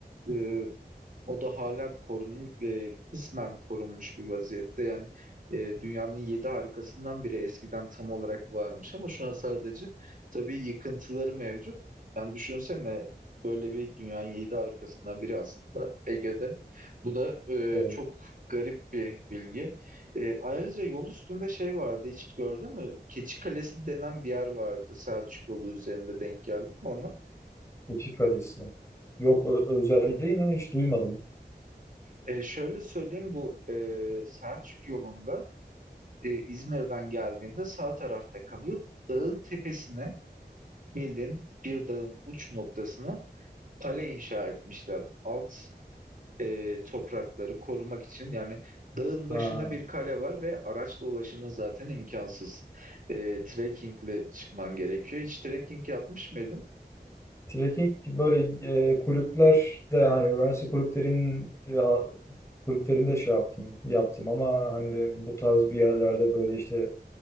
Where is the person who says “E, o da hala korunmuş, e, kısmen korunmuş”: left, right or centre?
Right